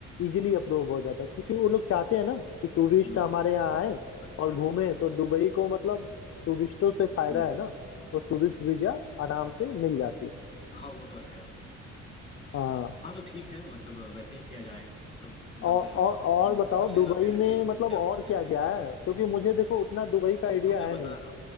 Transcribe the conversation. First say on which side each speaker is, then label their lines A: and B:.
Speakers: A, on the left; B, on the left.
A: इजीली अप्रूव हो जाता है क्योंकि वो लोग चाहते हैं ना कि टूरिस्ट
B: हम्म,
A: हमारे
B: हम्म,
A: यहाँ आए
B: अच्छा
A: और घूमे तो दुबई को मतलब टूरिस्टों से फायदा
B: हम्म,
A: है ना तो टूरिस्ट वीजा आराम से मिल जाती है
B: हाँ वो तो है
A: हाँ
B: हाँ तो ठीक है मतलब वैसे ही किया जाएगा मतलब हम लोग
A: और
B: अ,
A: और और
B: तुम
A: बताओ
B: बुक कर लेना
A: दुबई
B: फिर
A: में
B: टी- क्या
A: मतलब और
B: बोलते
A: क्या
B: हैं वीजा
A: क्या है क्योंकि मुझे देखो उतना दुबई का आइडिया
B: हाँ मैं
A: है
B: बता
A: नहीं
B: रहा हूँ